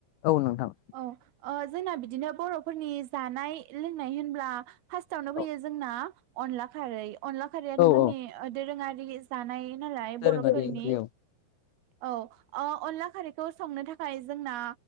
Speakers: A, on the left (about 85°); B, on the right (about 75°).
A: औ नोंथां
B: औ ओ जोंना बिदिनो बर'फोरनि जानाय लोंनाय होनब्ला फार्स्टावनो
A: औ
B: फैयो जोंना अनला खारै अनला खारैयाथ'
A: औ
B: जोंनि
A: औ
B: दोरोङारि जानाय नालाय
A: दोरोङारि
B: बर'फोरनि
A: ओंख्रि औ
B: औ अ अनला खारैखौ संनो थाखाय जोंना